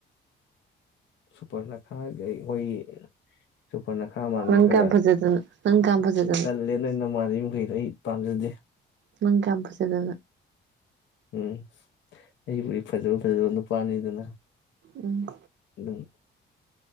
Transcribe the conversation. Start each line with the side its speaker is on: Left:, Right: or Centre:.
Left: ꯁꯨꯄꯔ ꯅꯈꯥꯒ ꯒꯩ ꯑꯣꯏꯒꯤ ꯁꯨꯄꯔꯅꯈꯥ ꯃꯥꯟꯕꯤ
Right: ꯅꯪ
Left: ꯈꯔ
Right: ꯀꯌꯥꯝ ꯐꯖꯗꯅ ꯅꯪ ꯀꯌꯥꯝ ꯐꯖꯗꯅ
Left: ꯇꯜꯂꯦ ꯅꯣꯏ ꯅꯃꯥꯟꯕꯤꯃꯈꯩꯗꯣ ꯑꯩ ꯄꯥꯝꯖꯗꯦ
Right: ꯅꯪ ꯀꯌꯥꯝ ꯐꯖꯗꯅ
Left: ꯎꯝ ꯑꯩꯕꯨꯗꯤ ꯐꯖꯕ ꯐꯖꯗꯕ ꯅꯨꯄꯥꯅꯤꯗꯅ
Right: ꯎꯝ
Left: ꯑꯗꯨꯝ